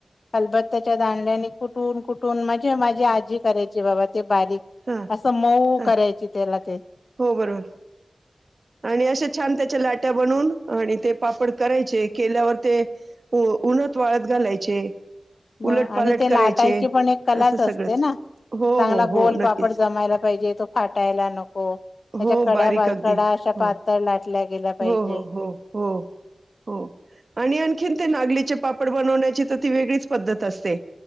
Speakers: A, on the left (about 75°); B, on the right (about 65°).
A: खालबत्ताच्या दांड्याने कुठून कुठून म्हणजे माझी आजी करायची बाबा ते बारीक.
B: हा.
A: असं मऊ
B: हा
A: करायची त्याला ते.
B: हो बरोबर. आणि अशे छान त्याच्या लाट्या बनवून आणि ते पापड करायचे केल्यावर ते उन्हात वाळात घालायचे.
A: मग
B: उलट पालट
A: आणि ते
B: करायचे
A: लाटायची पण एक कलाच
B: असं
A: असते
B: सगळंच
A: ना.
B: हो
A: चांगला
B: हो हो
A: गोलपापड
B: नक्कीच
A: जमायला पाहिजे तो फाटायला नको. त्याच्या
B: हो
A: कड्या
B: बारीक अगदी
A: कडा अशा
B: हो
A: पातळ लाटल्या गेला
B: हो
A: पाहिजे.
B: हो हो हो. हो आणि आणखीन ते नागलीचे पापड बनवण्याची तर ती वेगळीच पद्धत असते.